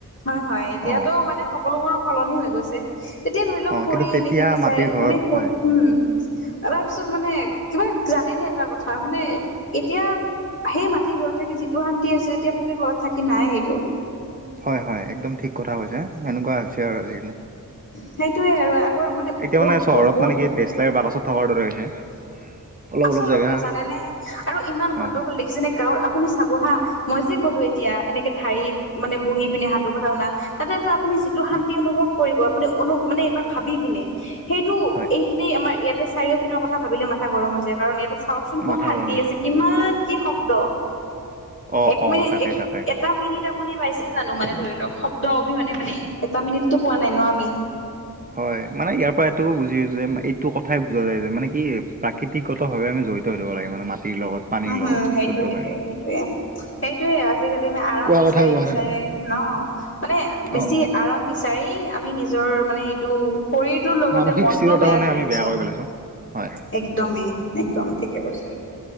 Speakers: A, on the left (about 40°); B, on the right (about 25°).
A: হয় হয়, এতিয়াতো
B: অ
A: মানে সকলোবোৰ সলনি হৈ গৈছে। তেতিয়া ধৰি লওক
B: অ
A: খৰি
B: কিন্তু তেতিয়া
A: এনেকে বিচাৰে
B: মাটিৰ ঘৰত
A: মানে,
B: হয়
A: উম। তাৰপিছত মানে কিবা জানেনে এটা কথা মানে এতিয়া সেই মাটি ঘৰত থাকি যিটো শান্তি আছিলে, এতিয়া পকী ঘৰত থাকি নাই সেইটো।
B: হয় হয়, একদম ঠিক কথা কৈছে, সেনেকুৱা হৈছে আৰু আজিকালি।
A: সেইটোয়ে আৰু। আগৰ
B: এতিয়া
A: মোৰ
B: মানে চহৰত
A: বহুত
B: মানে কি ডেচলাইৰ বাকছত থকাৰ দৰে হৈছে। অলপ
A: আচলতে
B: অলপ জেগা
A: জানেনে, আৰু ইমান
B: হয়
A: গণ্ডগোল
B: হয়
A: দেখিছে নে? গাঁৱৰ আপুনি চাব হা, মই যে ক'লো এতিয়া এনেকে ঢাৰিত মানে বহি পিনে সাধু কথা শুনা তাতে এটা আপুনি যিটো শান্তি
B: হয়
A: অনুভৱ কৰিব আপুনি অনু মানে এইবাৰ ভাবি পিনে সেইটো
B: হয়
A: এই খিনি আমাৰ ইয়াতে চাৰিও পিনৰ কথা ভাবিলে মাথা গৰম হৈ যায় কাৰ ইয়াতে চাওকচোন ক'ত
B: মাথা
A: শান্তি
B: গৰম হৈ যায়।
A: আছে কিমান কি শব্দ,
B: অ',
A: এক
B: অ',
A: মিনিট
B: তাকে
A: এক এ
B: তাকে।
A: এটা মিনিট আপুনি পাইছে জানো মানে ধৰি লওক শব্দ অবিহনে, মানে এটা মিনিটতো পোৱা নাই ন' আমি।
B: হয় মানে ইয়াৰপৰা এইটো বুজি যে, এইটো কথাই বুজা যায় যে মানে কি প্ৰাকৃত তিকগতভাৱে আমি জড়িত থাকিব লাগ মানে মাটিৰ লগত। পানীৰ
A: উম, হুম,
B: লগত, বিশুদ্ধ
A: সেইটো, সেইটোয়ে,
B: পানীৰ লগত।
A: সেইটোয়ে। সেইটোয়ে আজিকালি আমি আৰাম
B: কোৱা
A: বিচাৰি
B: কথাই কোৱা
A: বিচাৰি
B: কথাই।
A: ন' মানে বেছি
B: অ', অ',
A: আৰাম বি চাৰি আমি নিজৰ মানে সেইটো শৰীৰটোৰ লগতে
B: মানসিক
A: মনটোও
B: স্থিৰতা
A: বেয়া
B: মানে
A: কৰি
B: আমি
A: আহিছোঁ।
B: পেলাইছোঁ। হয় হয়।
A: একদমেই, একদম ঠিকে কৈছে।